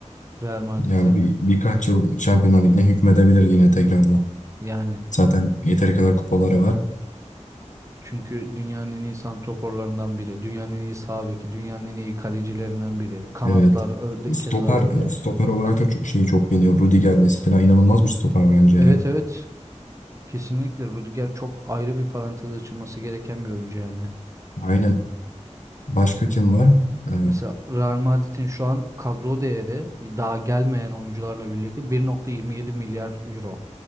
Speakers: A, on the right; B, on the left.
A: Real Madrid'i.
B: Yani bir, birkaç yıl Şampiyonlar Ligi'ne hükmedebilir yine tekrardan.
A: Yani
B: Zaten yeteri kadar kupaları var.
A: çünkü dünyanın en iyi santroforlarından biri, dünyanın en iyi sağ beki, dünyanın en iyi kalecilerinden biri. Kanatlar
B: Evet.
A: öyle, keza
B: Stoper,
A: öyle.
B: stoper olarak da çok- şeyi çok beğeniyor. Rudiger mesela inanılmaz bir stoper bence
A: Evet
B: ya.
A: evet kesinlikle Rudiger çok ayrı bir parantez açılması gereken bir oyuncu yani.
B: Aynen. Başka kim var? E,
A: Mesela Real Madrid'in şu an kadro değeri daha gelmeyen oyuncularla birlikte bir nokta yirmi yedi milyar euro.